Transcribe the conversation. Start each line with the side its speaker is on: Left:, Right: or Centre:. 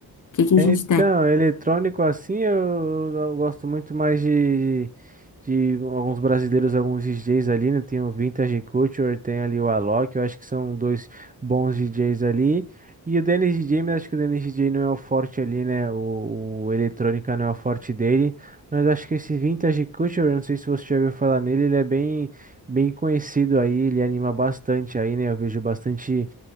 Left: que que a
Right: É,
Left: gente
Right: Então,
Left: tem?
Right: é eletrônico assim, eu, eu gosto muito mais de, de, de alguns brasileiros, alguns DJs ali, né? Tem o Vintage Culture, tem ali o Alok, eu acho que são dois bons DJs ali. E o Dennis DJ, mas acho que o Dennis DJ não é o forte ali, né? O, o eletrônica não é o forte dele. Mas acho que esse Vintage Culture, eu não sei se você já ouviu falar nele, ele é bem, bem conhecido aí, ele anima bastante aí, né? Eu vejo bastante.